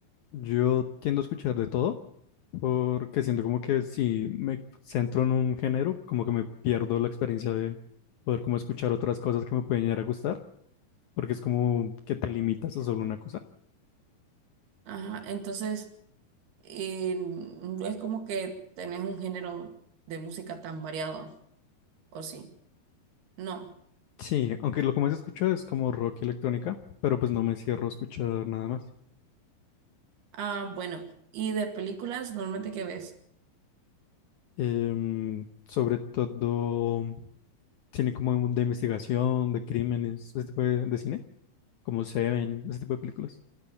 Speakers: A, on the left (about 75°); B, on the right (about 75°).
A: Yo tiendo a escuchar de todo porque siento como que si me centro en un género, como que me pierdo la experiencia de poder como escuchar otras cosas que me pueden llegar a gustar, porque es como que te limitas a solo una cosa.
B: Ajá, entonces eh, no es como que tenés un género de música tan variado, ¿o sí? No.
A: Sí, aunque lo que más escucho es como rock y electrónica, pero pues no me cierro a escuchar nada más.
B: Ah, bueno. ¿Y de películas normalmente qué ves?
A: Em, sobre todo cine como de investigación, de crímenes, ese tipo de, de cine, como Seven, ese tipo de películas.